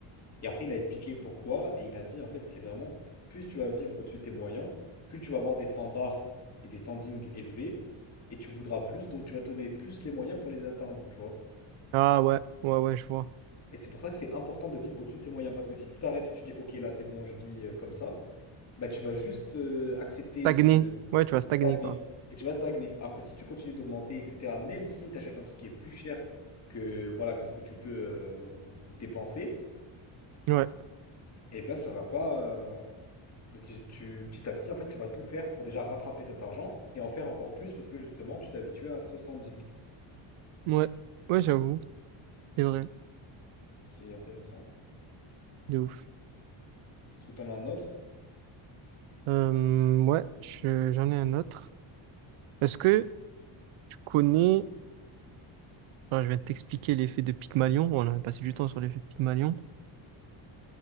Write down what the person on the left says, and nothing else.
Et après, il a expliqué pourquoi, et il a dit, en fait, c'est vraiment, plus tu vas vivre au-dessus de tes moyens, plus tu vas avoir des standards et des standings élevés, et tu voudras plus, donc tu vas te donner plus les moyens pour les atteindre, tu vois.
Et c'est pour ça que c'est important de vivre au-dessus de ses moyens. Parce que si tu t'arrêtes et tu dis, OK, là, c'est bon, je vis euh, comme ça, bah, tu vas juste euh, accepter
ce
stagner.
Et tu vas stagner. Alors que si tu continues d'augmenter, etc., même si tu achètes un truc qui est plus cher que, voilà, que ce que tu peux euh, dépenser,
eh ben, ça va pas. euh, tu, tu- petit à petit, en fait, tu vas tout faire pour déjà rattraper cet argent et en faire encore plus parce que justement, tu t'habitues à ce standing.
C'est intéressant.
Est-ce que tu en as un autre?